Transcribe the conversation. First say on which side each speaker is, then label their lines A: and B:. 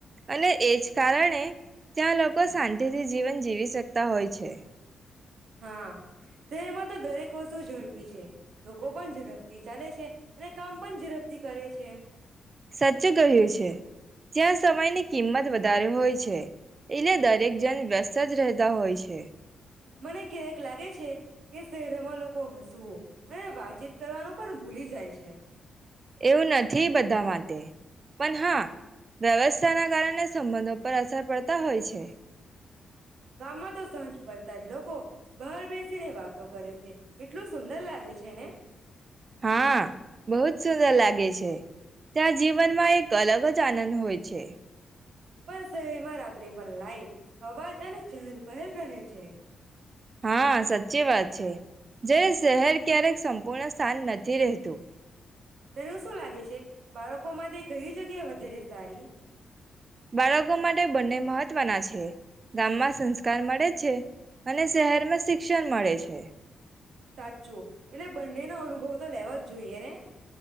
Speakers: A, on the right; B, on the right.
A: અને એજ કારણે ત્યાં લોકો શાંતિથી જીવન જીવી શકતા હોય છે.
B: હા શહેરમાં તો દરેક વસ્તુ ઝડપી છે. લોકો પણ ઝરપથી ચાલે છે અને કામ પણ ઝરપથી કરે છે.
A: સાચું કહ્યું છે ત્યાં સમયની કિંમત વધારે હોય છે. એટલે દરેક જન વ્યસ્ત જ રહેતા હોય છે.
B: મને ક્યારેક લાગે છે કે શહેરમાં લોકો હસવું અને વાતચીત કરવાનું પણ ભૂલી જાય છે.
A: એવું નથી બધા માટે, પણ હા વ્યવસ્થાના કારણે સંબંધો પર અસર પડતા તા હોય છે.
B: ગામમાં તો સાંજ પડતા જ લોકો બહાર બેસીને વાત તો કરે છે એટલું સુંદર લાગે છે ને?
A: હા, બહુંજ સુંદર લાગે છે. ત્યાં જીવનમાં એક એક અલગજ આનંદ હોય છે.
B: પણ શહેરમાં રાત્રે પણ લાાઈટ અવાજ અને ચહલ પહેલ રહે છે.
A: હા, સાચી વાત. છે, જે શહેર ક્યારેક સંપૂર્ણ શાંત નથી રહેતું.
B: તને શું લાગે છે, બાળકો માં કઈ જગ્યા વધારે સારી
A: બાળકો માટે બંને મહત્વના છે. ગામમાં સંસ્કાર મળે છે અને શહેરમાં શિક્ષણ મળે છે.
B: સાચું એટલે બંનેનો અનુભવ તો લેવા જ જોઈએ ને.